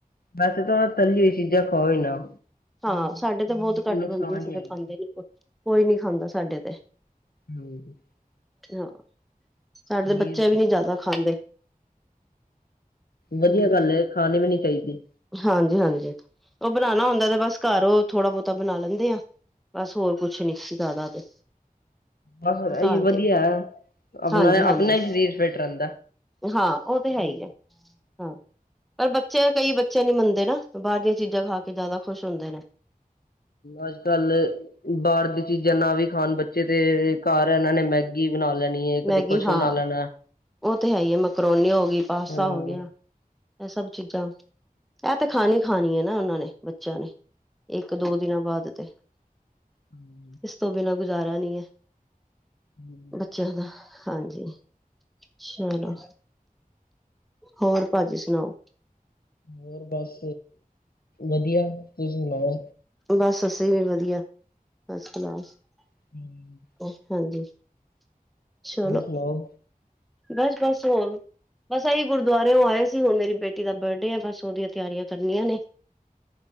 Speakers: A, on the left; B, in the centre.
A: ਵੈਸੇ ਤਾਂ, ਤੱਲੀ ਹੋਈ ਚੀਜ਼ਾਂ ਖਾਓ ਈ ਨਾ।
B: ਹਾਂ ਸਾਡੇ ਤੇ ਬੋਤ ਘੱਟ
A: ਨੁਕਸਾਨ
B: ਬਣਦੀ। ਅਸੀਂ
A: ਈ
B: ਤੇ
A: ਹੈਗੀ
B: ਖਾਂਦੇ
A: ਏ।
B: ਨੀ ਕੋਈ ਨੀ ਖਾਂਦਾ ਸਾਡੇ ਤੇ
A: ਹੂੰ।
B: ਹਾਂ, ਸਾਡੇ ਦੇ
A: ਨੀਰ
B: ਬੱਚੇ
A: ਹੂੰ।
B: ਵੀ ਨੀ ਜਾਦਾ ਖਾਂਦੇ।
A: ਵਧੀਆ
B: ਹਮ
A: ਗੱਲ ਐ ਖਾਣੀ ਵੀ ਨੀ ਚਾਇਦੀ।
B: ਹਾਂਜੀ-ਹਾਂਜੀ ਓ ਬਣਾਣਾ ਹੁੰਦਾ ਤੇ ਬਸ ਕਾਰੋ ਥੋੜਾ-ਬੋਤਾ ਬਣਾ ਲੈਂਦੇ ਆ। ਬਸ ਹੋਰ ਕੁਛ ਨੀ ਜ਼ਿਆਦਾ ਤੇ
A: ਬਸ
B: ਘਰ
A: ਐਹੀ ਵਧੀਆ।
B: ਦੇ
A: ਆਪਣਾ-ਆਪਣਾ
B: ਹਾਂਜੀ-ਹਾਂਜੀ
A: ਈ ਸ਼ਰੀਰ ਫਿਟ ਰੈੰਦਾ।
B: ਹਾਂ ਉਹ ਤੇ ਹੈ ਹੀ ਹੈ ਹਾਂ ਪਰ ਬੱਚੇ ਕਈ ਬੱਚੇ ਨੀ ਮੰਨਦੇ ਨਾ ਬਾਹਰ ਦੀਆਂ ਚੀਜ਼ਾਂ ਖਾ ਕੇ ਜ਼ਿਆਦਾ ਖੁਸ਼ ਹੁੰਦੇ ਨੇ।
A: ਅੱਜ-ਕੱਲ ਬਾਹਰ ਦੀ ਚੀਜ਼ਾਂ ਨਾ ਵੀ ਖਾਣ ਬੱਚੇ ਤੇ ਕਾਰ ਐਨਾਂ ਨੇ ਮੈਗੀ ਬਣਾ ਲੈਣੀ ਏ। ਕਦੇ
B: ਮੈਗੀ
A: ਕੁਛ
B: ਹਾਂ।
A: ਬਣਾ ਲੈਣਾ।
B: ਓ ਤੇ ਹੈ ਹੀ ਏ। ਮੈਕਰੋਨੀ ਹੋ ਗਈ, ਪਾਸਤਾ
A: ਹਾਂ।
B: ਹੋ ਗਯਾ। ਐ ਸਭ ਚੀਜ਼ਾਂ ਐ ਤੇ ਖਾਣੀ-ਖਾਣੀ ਏ ਨਾ ਓਨਾਂ ਨੇ ਬੱਚਿਆਂ ਨੇ ਇੱਕ-ਦੋ ਦਿਨਾਂ ਬਾਦ ਤੇ
A: ਹਮ।
B: ਇਸ ਤੋਂ ਬਿਨਾ ਗੁਜ਼ਾਰਾ ਨੀ ਐ।
A: ਹੂੰ।
B: ਚਲੋ ਹਾਂਜੀ ਚਲੋ
A: ਅੱਜ
B: ਹੋਰ ਪਾਜੀ ਸੁਨਾਓ।
A: ਹੋਰ ਬਸ, ਵਧੀ ਤੁਸੀਂ ਸੁਨਾਓ।
B: ਬਸ ਅਸੀਂ ਵੀ ਵਧੀਆ। ਫਸ-ਕਲਾਸ।
A: <inaudible>
B: ਓ ਹਾਂਜੀ ਮੈਂ ਚਲੋ
A: ਹੋਰ ਸੁਣਾਓ?
B: ਬਸ-ਬਸ ਹੋਰ ਬਸ ਐਹੀ ਗੁਰਦੁਆਰੇ ਓ ਆਏ ਸੀ ਹੁਣ ਮੇਰੀ ਬੇਟੀ ਦਾ ਬਰਡੇ ਆ ਬਸ ਉਹਦੀਆਂ ਤੇਆਰੀਆਂ ਕਰਨੀਆਂ ਨੇ।